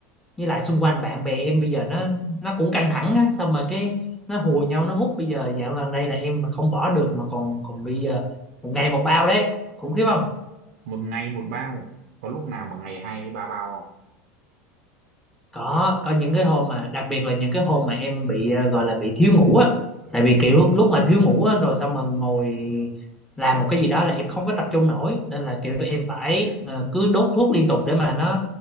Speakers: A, in the centre; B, on the right.
A: với lại xung quanh bạn bè em bây giờ nó nó cũng căng thẳng á, xong rồi cái nó hùa nhau nó hút bây giờ dạo gần đây là em mà không bỏ được mà còn còn bây giờ một ngày một bao đấy, khủng khiếp không?
B: Một ngày một bao, có lúc nào mà ngày hai ba bao không?
A: có có những cái hôm mà đặc biệt là những cái hôm mà em bị ờ, gọi là bị thiếu ngủ á tại vì kiểu lúc mà thiếu ngủ á rồi xong mà ngồi làm một cái gì đó là em không có tập trung nổi nên là kiểu em phải
B: Ừ,
A: ờ, cứ đốt thuốc liên tục để mà nó